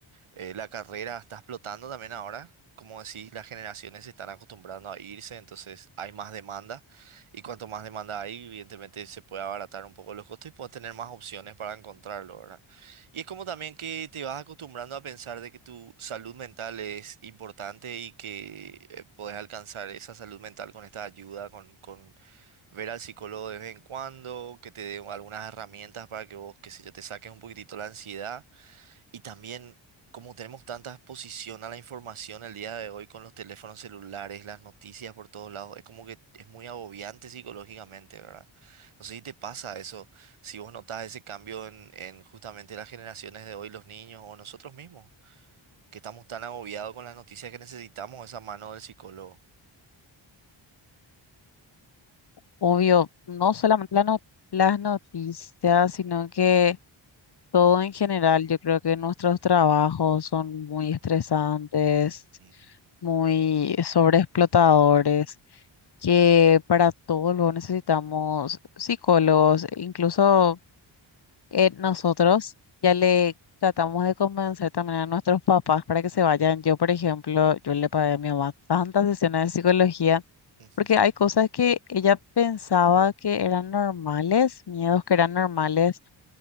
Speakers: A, on the right; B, on the left.
A: eh, la carrera está explotando también ahora. Como decís, las generaciones se están acostumbrando a irse, entonces hay más demanda. Y cuanto más demanda hay, evidentemente se puede abaratar un poco los costos y puedes tener más opciones para encontrarlo, ¿verdad? Y es como también que te vas acostumbrando a pensar de que tu salud mental es importante y que eh, podés alcanzar esa salud mental con esta ayuda, con, con ver al psicólogo de vez en cuando, que te dé algunas herramientas para que vos, qué sé yo, te saques un poquitito la ansiedad. Y también, como tenemos tanta exposición a la información el día de hoy con los teléfonos celulares, las noticias por todos lados, es como que es muy agobiante psicológicamente, ¿verdad? No sé si te pasa eso, si vos notas ese cambio en, en justamente las generaciones de hoy, los niños o nosotros mismos, que estamos tan agobiados con las noticias que necesitamos esa mano del psicólogo.
B: Obvio, no solamente la no- las noticias, sino que todo en general, yo creo que nuestros trabajos son muy estresantes
A: Ujú,
B: muy sobreexplotadores, que para todo luego necesitamos psicólogos, incluso eh, nosotros ya le tratamos de convencer también a nuestros papás para que se vayan. Yo, por ejemplo, yo le pagué a mi mamá tantas sesiones de psicología.
A: <laughs>
B: Porque hay cosas que ella pensaba que eran normales, miedos que eran normales,